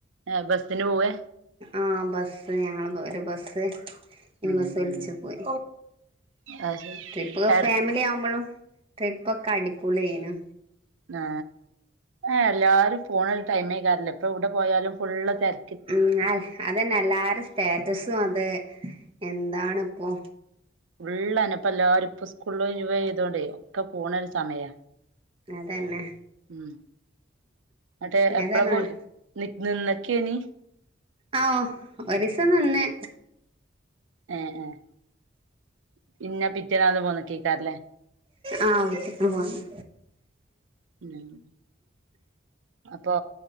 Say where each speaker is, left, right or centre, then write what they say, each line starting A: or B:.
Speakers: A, on the right; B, on the right.
A: ആ ബസിന് പോവേ
B: ആഹ്ബസ് ഞങ്ങള് ഒരു ബസ്സ് ഇനി
A: ഉം
B: ബസ് വിളിച്ചു
A: ഉം
B: പോയി
A: അത്
B: ട്രിപ്പ്
A: ശരി എട
B: ഫാമിലി ആവുമ്പോളും ട്രിപ്പ ഒക്കെ അടിപൊളിയനു
A: ആ ആഹ് എല്ലാരും പോണരു ടൈമേ ക്കാരല്ല ഇപ്പൊ ഇവിടെ പോയാലും ഫുള് തെര
B: ഉം അല്ലെ അതന്നെ എല്ലാരും സ്റ്റാറ്റസും അത് എന്താണ് ഇപ്പോ
A: ഉള്ളനപ്പ എല്ലാരും ഇപ്പോ സ്കൂള ഒഴിവായ്തോണ്ടേ ഒക്കെ പോണ ഒരു സമയ
B: അതന്നെ
A: ഉം മറ്റേ എപ്പഴ
B: ഏതായാലും
A: നി നിന്നക്കേനി
B: ആ ഒരിസം നിന്ന്
A: എഹ് എഹ് പിന്നെ പിറ്റനാത് പോന്നക്കാരല്ലേ
B: ആ പോന്ന്
A: ഉം അപ്പൊ